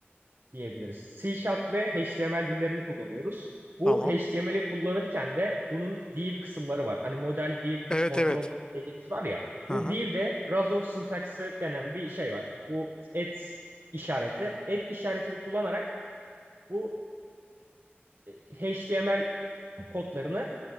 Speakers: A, on the right; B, on the left.
A: diyebiliriz. C Sharp ve HTML dillerini kullanıyoruz. Bu
B: Tamam.
A: HTML'i kullanırken de bunun view kısımları var. Hani model view
B: Evet
A: controller
B: evet.
A: dediğimiz var ya. Bu
B: Hı hı.
A: view'de razor sintaksı denen bir şey var. Bu et işareti. Et işaretini kullanarak bu e, HTML kodlarını